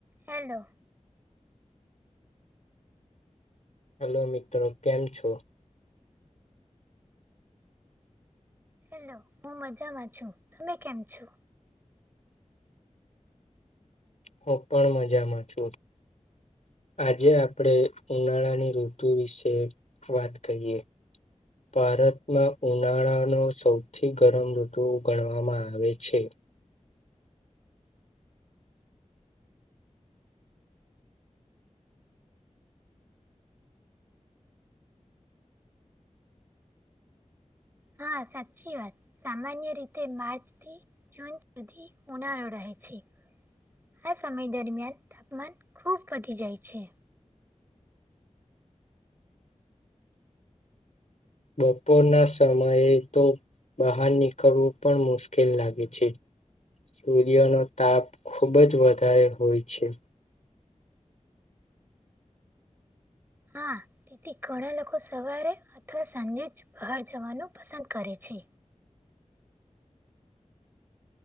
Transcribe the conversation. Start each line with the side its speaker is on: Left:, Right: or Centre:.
Right: Hello.
Left: Hello મિત્રો કેમ છો.
Right: હેલો હું મજામાં છું તમે કેમ છો.
Left: હું પણ મજામાં છું. આજે આપણે ઉનાળાની ઋતુ વિશે વાત કરીએ. ભારતમાં ઉનાળાનો સૌથી ગરમ ઋતુ ગણવામાં આવે છે.
Right: હા સાચી વાત સામાન્ય રીતે માર્ચ થી જૂન સુધી રહે. આ સમય દરમિયાન તાપમાન ખુબ વધી જાય છે.
Left: બપોર ના સમયે તો. બહાર નીકળવું પણ મુશ્કેલ લાગે છે. સૂર્યનો તાપ ખૂબ જ વધારે હોય છે.
Right: હા તેથી ઘણા લોકો સવારે અથવા સાંજે જ બહાર જવાનું પસંદ કરે છે.